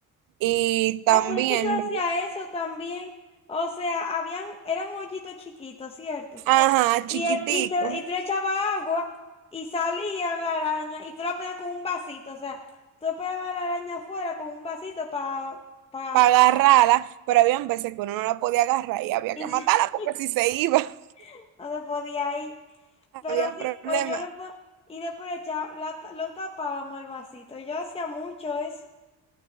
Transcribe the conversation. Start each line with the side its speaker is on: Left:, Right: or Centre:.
Right: y también,
Left: Ay, pero es que yo hacía
Right: luego,
Left: eso también. O sea, habían, eran hoyitos chiquitos, ¿cierto?
Right: ajá,
Left: Y,
Right: chiquitico,
Left: el, y, se- y tú le echabas agua y salían la araña y tú la ponías con un vasito. O sea, tú esperabas a la araña afuera con un vasito para agarrar.
Right: para agarrarla, pero había veces que uno no la podía agarrar y había
Left: Y
Right: que
Left: se-
Right: matarla porque si se iba <laughs>
Left: <laughs> no se podía ir.
Right: había
Left: Pero sí,
Right: problemas.
Left: o yo le pon- y después le echaba- la ta- lo tapábamos el vasito. Yo hacía mucho eso.